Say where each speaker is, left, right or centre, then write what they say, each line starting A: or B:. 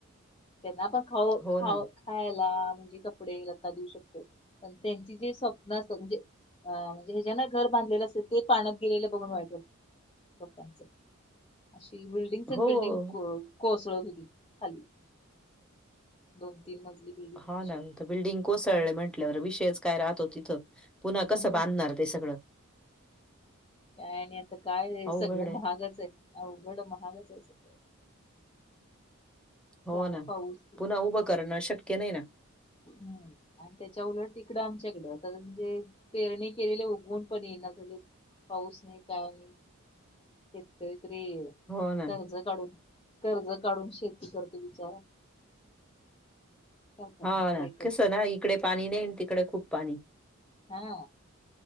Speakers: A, on the left (about 25°); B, in the centre.
A: त्यांना पण खाऊ
B: हो
A: खाऊ
B: ना.
A: खायला म्हणजे कपडे आता देऊ शकतोय पण त्यांची जे स्वप्न असतात म्हणजे अ म्हणजे हे ज्यानं घर बांधलेलं असल ते पाण्यात गेलेलं बघून वाईट लोकांचं अशी बिल्डिंगसच
B: हो.
A: बिल्डिंग को कोसळत होती खाली. हो. तीन मजली बिल्डिंग.
B: हा
A: अशी
B: ना त बिल्डिंग कोसळले
A: आणि
B: म्हंटल्यावर विषयच काय राहतो तिथं पुन्हा कसं
A: हम्म
B: बांधणार ते सगळं.
A: काय आणि आता काय हे
B: अवघड
A: सगळं
B: आहे.
A: महागच आहे अवघड महागच आहे सगळं.
B: हो
A: काय
B: ना
A: पाऊस
B: पुन्हा उभं करणं शक्य नाही ना.
A: ह आणि त्याच्या उलट तिकडं आमच्याकडं आ म्हणजे पेरणी केलेले उघवून पण येणार झाले पाऊस नाही काय नाही. शेतकरीे तरी
B: हो ना.
A: कर्ज काढून कर्ज काढून शेती करतो बिचारा. काय करणार
B: हो ना
A: वाईकट
B: कसं ना इकडे पाणी नाही तिकडे खूप पाणी.
A: हा.